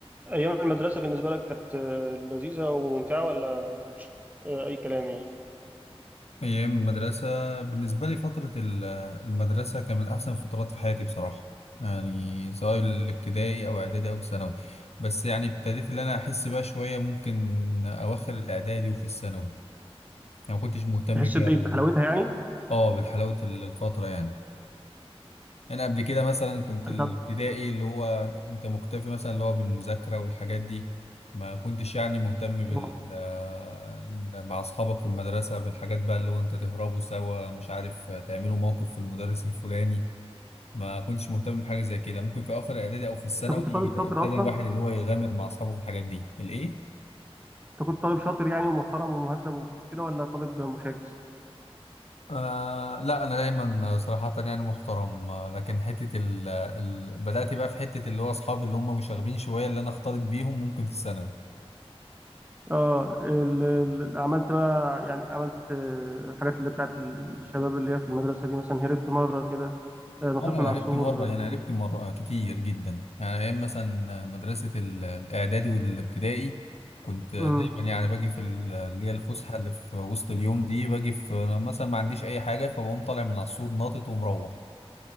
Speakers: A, on the right; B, on the left.
A: أيام المدرسة بالنسبة لك كانت آه، لذيذة وممتعة ولا آه، أي كلام يعني؟
B: أيام المدرسة بالنسبة لي فترة ال- المدرسة كانت من أحسن الفترات في حياتي بصراحة يعني سواء الابتدائي أو إعدادي أو ثانوي بس يعني ابتديت اللي أنا أحس بقى شوية ممكن أواخر الإعدادي وفي الثانوي يعني ما كنتش مهتم
A: تحس
B: بيها
A: بايه
B: أوي.
A: بحلاوتها يعني
B: أه بالحلاوة ال- الفترة يعني انا قبل كده مثلا كنت
A: انت
B: الابتدائي اللي هو انت مكتفي مثلا اللي هو بالمذاكره والحاجات دي ما كنتش يعني مهتم بال
A: آه.
B: آه، مع اصحابك في المدرسه بالحاجات بقى اللي هو انت تهربوا سوا مش عارف آه، تعملوا موقف في المدرس الفلاني ما كنتش مهتم بحاجه زي كده ممكن في اخر الاعدادي او في الثانوي
A: انت كنت طالب
B: آه،
A: شاطر
B: ابتدى
A: اصلا
B: الواحد اللي هو يغامر مع اصحابه في الحاجات دي الايه
A: انت كنت طالب شاطر يعني ومحترم ومهذب وكده ولا طالب مشاكس
B: آه لا انا دايما صراحه يعني محترم آه، لكن حته ال ال بدات بقى في حته اللي هو اصحابي اللي هم مشاغبين شويه اللي انا اختلط بيهم ممكن في الثانوي
A: اه ال- ال- عملت بقى يعني عملت آه، الحاجات اللي بتاعت الشباب اللي هي في المدرسه دي مثلا هربت مره كده آه، نطيت
B: اه انا
A: من على
B: قربت
A: السور
B: مره يعني قربت مره كتير جدا يعني ايام مثلا مدرسه ال- الاعدادي والابتدائي كنت دايما
A: امم
B: يعني باجي في ال- اللي هي الفسحه اللي في وسط اليوم دي باجي في مثلا ما عنديش اي حاجه فبقوم طالع من على السور ناطط ومروح